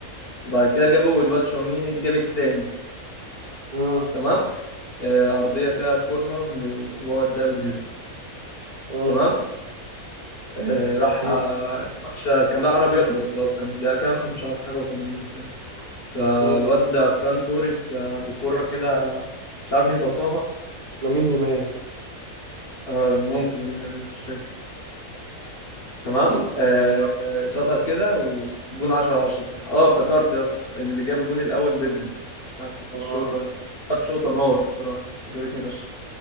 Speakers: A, on the left; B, on the right.
A: وبعد كده جابوا الواد شاوميني جاب التاني
B: اه
A: تمام آه عرضيه كده كورنر وهو ده بالهيد
B: اه
A: تمام آه، راح
B: بعدين
A: آه، الماتش كان بقى قرب يخلص خلاص كان في دقيقة كام مش عارف حاجة و80 بتاع فالواد
B: آه.
A: ده فران توريس آه، بالكرة كده مش عارف مين باصاها
B: لامين يامال
A: آه، ممكن مين مش فاكر تمام
B: اه
A: آه، آه، شاطها كده وجون 10 على 10 بصراحة اه افتكرت يا اسطى اللي جاب الجون الأول بدري ساعة
B: آه.
A: الشوطة كانت شوطة نار بصراحة عجبتني فشخ